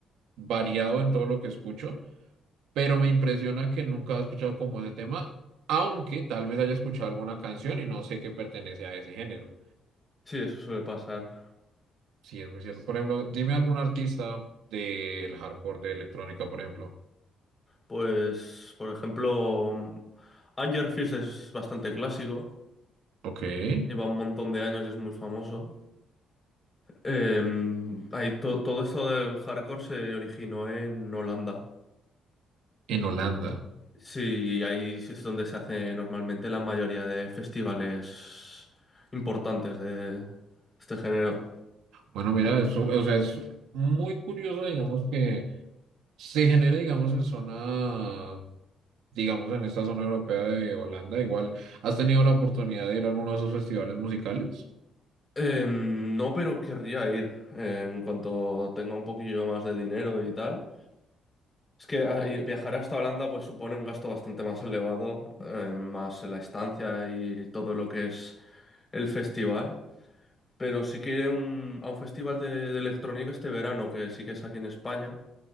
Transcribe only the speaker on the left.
Sí, eso suele pasar.
Pues, por ejemplo, Anger Fist es bastante clásico.
Lleva un montón de años y es muy famoso. Eh, hay to- todo esto del hardcore se originó en Holanda.
Sí, ahí es donde se hace normalmente la mayoría de festivales importantes de este género.
Em, no, pero querría ir eh, en cuanto tenga un poquillo más de dinero y tal. Es que ah, y viajar hasta Holanda pues supone un gasto bastante más elevado, eh, más la estancia y todo lo que es el festival. Pero sí que iré un- a un festival de, de electrónica este verano, que sí que es aquí en España.